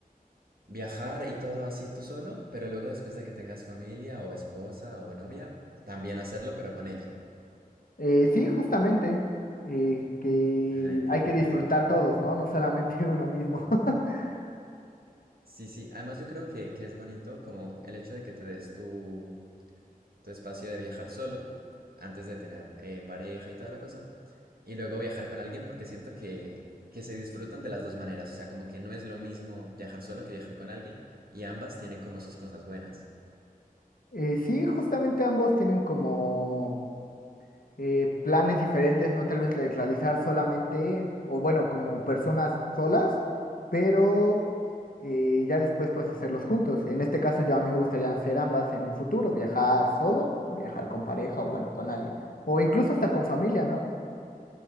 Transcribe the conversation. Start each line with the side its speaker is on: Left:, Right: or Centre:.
Right: viajar y todo así tú solo, pero luego después de que tengas familia o esposa o novia, también hacerlo, pero con ella.
Left: Eh, sí, justamente, eh, que
Right: Ah, entiendo.
Left: hay que disfrutar todos, ¿no? No solamente uno mismo. <laughs>
Right: Sí, sí. Además, yo creo que, que es bonito como el hecho de que te des tu, tu espacio de viajar solo antes de tener eh, pareja y toda la cosa. Y luego viajar con alguien porque siento que, que se disfrutan de las dos maneras. O sea, como que no es lo mismo viajar solo que viajar con alguien. Y ambas tienen como sus cosas buenas.
Left: Eh, sí, justamente ambos tienen como eh, planes diferentes, no tal vez de realizar solamente, o bueno, como personas solas, pero eh, ya después puedes hacerlos juntos. En este caso, yo a mí me gustaría hacer ambas en un futuro, viajar solo, viajar con pareja o bueno, con alguien, o incluso hasta con familia, ¿no?